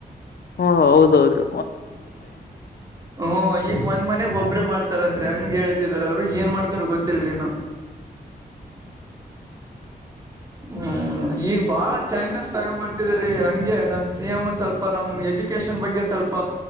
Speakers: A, on the left; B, on the right.
A: ಹೂ ಹೌದು ಹೌದು
B: ಹ್ಮ ಹ್ಮ ಈಗ ಒಂದ್ ಮನೆ ಒಬ್ಬ್ರೆ ಮಾಡ್ತಾರಂತ್ರಿ ಹಂಗ ಹೇಳ್ತಿದಾರ ಅವ್ರು ಏನ್ ಮಾಡ್ತಾರ ಗೊತ್ತಿಲ್ರಿ ಇನ್ನು
A: <unintelligible>
B: ಹ್ಮ್ ಈಗ ಬಾಳ ಚೇಂಜಸ್ ತಗೊಂಡ್ ಬರ್ತಿದಾರಿ ಹಂಗೆ ನಮ್ ಸಿ ಎಂ ಸ್ವಲ್ಪ ನಮ್ ಎಜುಕೇಶನ್ ಬಗ್ಗೆ ಸ್ವಲ್ಪ